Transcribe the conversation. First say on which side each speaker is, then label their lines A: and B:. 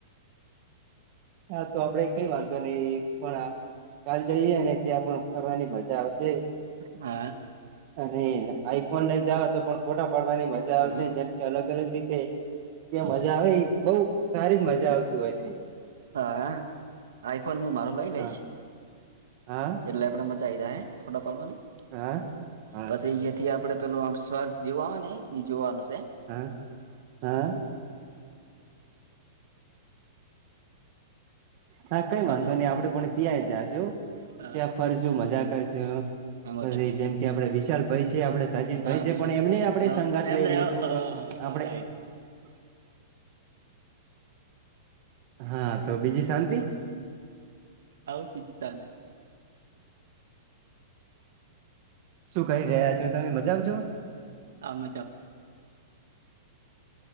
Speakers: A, on the right; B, on the right.
A: હા તો આપડે કઈ વાંધો નહી પણ ચાલ જઈએ અને ત્યાં પણ ફરવાની મજા આવશે.
B: હા
A: અને આઈફોન લઈ જઓ તો પણ ફોટા પાડવાની મજા આવશે
B: હા
A: જેમ કે અલગ અલગ રીતે, ત્યાં મજા આવે બઉુ સારી જ મજા આવતી હોય છે
B: હા આઈફોન હું મારો લઈ લઈશ
A: હા હા
B: એટલે આપણે મજા આવી જાય હ ફોટો પાડવાની
A: હા હા
B: પછી અયાથી આપણે પેલું આમ સ્ર્ જેવા આવે ને એ જોવાનું છે
A: હા હા હા કઈ
B: હેલો
A: વાંધતોો
B: તો
A: નઈ આપડે પણ ત્યાં જાશુ
B: હા
A: ત્યાં ફરશું મજા કરશુ
B: મજા
A: પ
B: કરીશ
A: જેમ કે આપડે વિશાલ ભાઈ છે આપડે સચિન
B: હા
A: ભાઈ છે
B: વિશાલ
A: પણ એમને આપડે સંગાથ
B: એમને
A: લઈ લેશું
B: હા
A: આપડે
B: રાઈટ
A: <inaudible> હા તો બીજી શાંતિ
B: આવા પીછ ચંત
A: શું ક રહ્યાજ તો તમે મજામાં છો
B: આ મજા